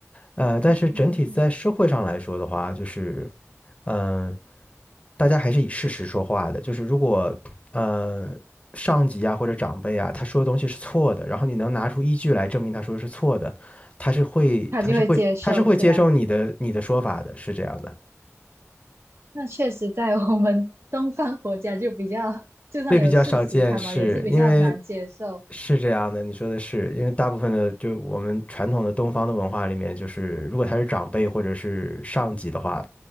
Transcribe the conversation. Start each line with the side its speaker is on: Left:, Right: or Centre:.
Left: 呃，但是整体在社会上来说的话，
Right: 嗯
Left: 就是。嗯，大家还是以事实说话的。就是如果呃上级啊或者长辈啊他说的东西是错的，然后你能拿出依据来证明他说的是错的，他是会他是会他是会接受你的你的说法的，
Right: 他就会接受，是吧？
Left: 是这样的。
Right: 那确实，在我们 <laughs> 东方国家就比较，就算有事实，
Left: 对，比较少见，
Right: 他们也是比较难接受。
Left: 是因为是这样的，你说的是，因为大部分的就我们传统的东方的文化里面，就是如果他是长辈或者是上级的话，